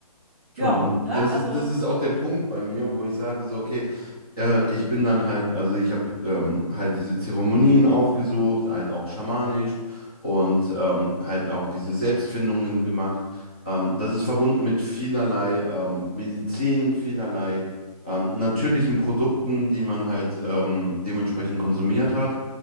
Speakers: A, on the left; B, on the right.
A: Schon,
B: ja,
A: und
B: ne,
A: das
B: also
A: ist, das ist auch der Punkt bei mir, wo ich sage so, okay, äh, ich bin dann halt, also ich habe ähm, halt diese Zeremonien aufgesucht, halt auch schamanisch und ähm, halt auch diese Selbstfindungen gemacht. Ähm, das ist verbunden mit vielerlei ähm, Medizin, vielerlei ähm, natürlichen Produkten, die man halt ähm, dementsprechend konsumiert hat,